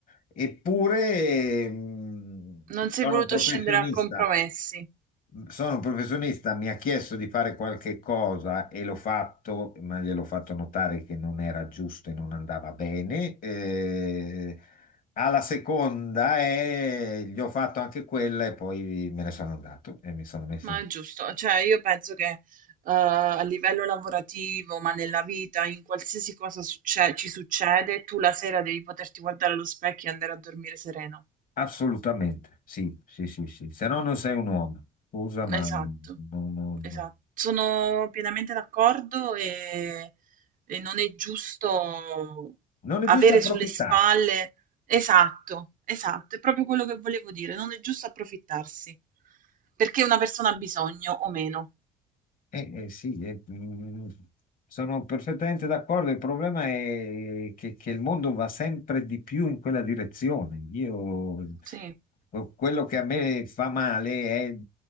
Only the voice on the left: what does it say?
eppure mm,
sono
un professionista
sono un professionista, mi ha chiesto di fare qualche cosa e l'ho fatto, ma gliel'ho fatto notare che non era giusto e non andava bene. Eh, alla seconda e gli ho fatto anche quella e poi me ne sono andato e mi sono messo
in...
Assolutamente, sì, sì, sì, sì. Se no non sei un uomo. Scusa, ma
non, non- non-
non
è giusto approfittarsi.
Eh, eh, sì, eh, mm, sono perfettamente d'accordo. Il problema è che, che il mondo va sempre di più in quella direzione. Io,
quello che a me fa male è